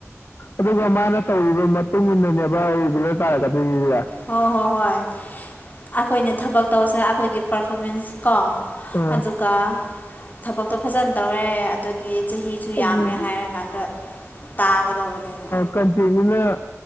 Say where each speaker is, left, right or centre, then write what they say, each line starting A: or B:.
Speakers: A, on the left (about 50°); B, on the left (about 35°).
A: ꯑꯗꯨꯒ ꯃꯥꯅ ꯇꯧꯔꯤꯕ ꯃꯇꯨꯡ ꯏꯟꯅꯅꯦꯕ ꯔꯤꯒꯨꯂꯔ ꯇꯥꯔꯛꯀꯗꯣꯏꯁꯦ
B: ꯍꯣꯏ ꯍꯣꯏ ꯍꯣꯏ ꯑꯩꯈꯣꯏꯅ ꯊꯕꯛ ꯇꯧꯁꯦ ꯑꯩꯈꯣꯏꯒꯤ ꯄꯔꯐꯣꯔꯃꯦꯟꯁ ꯀꯣ
A: ꯑ
B: ꯑꯗꯨꯒ ꯊꯕꯛꯇꯣ ꯐꯖꯅ ꯇꯧꯔꯦ ꯑꯗꯨꯒꯤ ꯃꯤꯁꯨ
A: ꯑꯗꯨꯗꯤ
B: ꯌꯥꯝꯃꯦ ꯍꯥꯏꯔꯀꯥꯟꯗ ꯇꯥꯒꯗꯕꯅꯦꯅ
A: ꯀꯝꯇꯦꯛꯅꯤꯅ